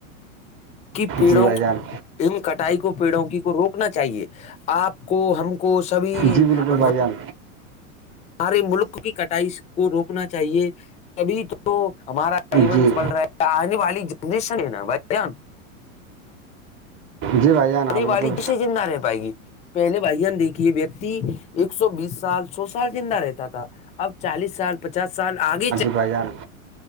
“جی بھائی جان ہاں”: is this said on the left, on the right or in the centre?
Right